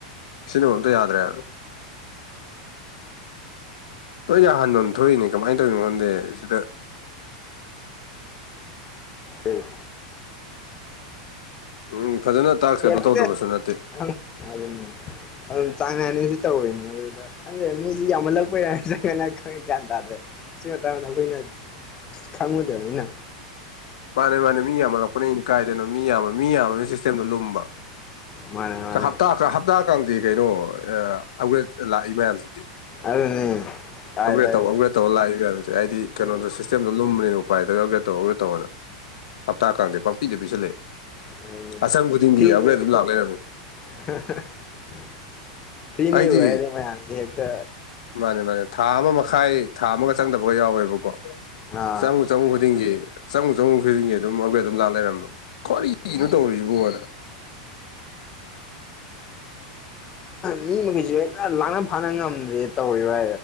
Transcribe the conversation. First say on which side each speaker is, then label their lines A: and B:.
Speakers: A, on the left (about 85°); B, on the left (about 25°).
A: ꯁꯤꯅꯦꯕ ꯑꯝꯇ ꯌꯥꯗ꯭ꯔꯦ ꯍꯣꯏ ꯌꯥꯍꯥꯟꯗꯣꯟ ꯊꯣꯛꯏꯅꯦ ꯀꯃꯥꯏꯅ ꯇꯧꯔꯤꯣ ꯈꯣꯟꯗꯦ ꯁꯤꯗ
B: ꯎ
A: ꯎꯝ ꯐꯖꯅ ꯇꯥꯛꯁ
B: ꯌꯦꯔꯗ
A: ꯀꯩꯅꯣ ꯇꯧꯗꯕꯁꯨ ꯅꯠꯇꯦ
B: ꯑ ꯑꯗꯨ ꯑꯗꯨꯝ ꯆꯥꯡ ꯅꯥꯏꯅꯁꯨ ꯇꯧꯔꯤꯅꯦ ꯑꯗꯨꯗ ꯈꯪꯗꯦ ꯃꯤꯁꯤ ꯌꯥꯝꯃꯜꯂꯛꯄꯩꯔꯥ ꯅꯠꯇꯪꯥꯏ ꯈꯪꯉꯦ ꯭ꯌꯥꯟ ꯇꯥꯗ꯭ꯔꯦ ꯁꯤꯤꯡ ꯇꯥꯟꯅ ꯐꯅ ꯈꯪꯃꯗꯅꯤꯅ
A: ꯃꯥꯅꯦ ꯃꯥꯅꯦ ꯃꯤ ꯌꯥꯝꯃꯜꯂꯛꯄꯅꯤꯅꯤ ꯀꯥꯏꯗꯅꯣ ꯃꯤ ꯌꯥꯝꯕ ꯃꯤ ꯌꯥꯝꯕꯅ ꯁꯤꯁꯇꯦꯝꯗꯣ ꯂꯨꯝꯕ
B: ꯃꯥꯅꯦ ꯃꯥꯅꯦ
A: ꯍꯞꯇꯥ ꯍꯞꯇꯥ ꯀꯥꯡꯗꯤ ꯀꯩꯅꯣ ꯑꯒ꯭ꯔꯦꯖ ꯂꯥꯛꯏ ꯃꯌꯥꯝꯁꯤꯗꯤ
B: ꯑꯗꯨꯅꯤ ꯀꯥꯏꯗ
A: ꯑꯞꯒ꯭ꯔꯦꯗ ꯇꯧ ꯑꯞꯒ꯭ꯔꯦꯗ ꯇꯧꯔ ꯂꯥꯛꯏ ꯀꯅꯁꯦ ꯑꯩꯗꯤ ꯀꯩꯅꯣꯗꯣ
B: ꯎꯝ
A: ꯁꯤꯁꯇꯦꯝꯗꯣ ꯂꯨꯝꯕꯅꯤꯅꯀ ꯄꯥꯏꯗꯧꯒꯦ ꯇꯧꯔꯒ ꯇꯧꯅ ꯍꯞꯇꯥ ꯀꯥꯡꯗꯩ ꯄꯥꯄꯤꯗ ꯄꯤꯁꯜꯂꯛꯑꯦ
B: ꯑꯗꯨꯅꯤ
A: ꯑꯁꯪ ꯈꯨꯗꯤꯡꯒꯤ
B: ꯐ꯭ꯔꯤꯅꯦꯕ
A: ꯑꯃ ꯑꯗꯨꯝ ꯂꯥꯛ ꯂꯩꯔꯝꯃꯤ
B: <inaudible> ꯐ꯭ꯔꯤꯅꯦꯕꯨ
A: ꯑꯩꯗꯤ
B: ꯍꯥꯏꯔꯗꯤ ꯃꯌꯥꯝꯁꯦ ꯍꯦꯛꯇ
A: ꯃꯥꯅꯦ ꯃꯥꯅꯦ ꯊꯥ ꯑꯃ ꯃꯈꯥꯏ ꯊꯥ ꯑꯃꯒ ꯆꯪꯗꯕꯒ ꯌꯥꯎꯋꯦꯕꯀꯣ
B: ꯑꯥ
A: ꯆꯝꯃ ꯆꯝ ꯈꯨꯗꯤꯡꯒꯤ ꯆꯝꯉ ꯆꯍꯨꯝ ꯈꯨꯗꯤꯡꯒꯤ ꯑꯗꯨꯝ ꯍꯧꯒꯠ ꯑꯗꯨꯝ ꯂꯥ ꯂꯩꯔꯝꯕ ꯀ꯭ꯋꯥꯔꯤꯅꯣ
B: ꯎꯝ
A: ꯇꯧꯔꯤꯁꯤꯕꯣꯅ
B: ꯃꯤ ꯃꯖꯨꯦ ꯂꯥꯅ ꯐꯥꯅ ꯉꯝꯗ꯭ꯔꯤ ꯇꯧꯔꯤꯕ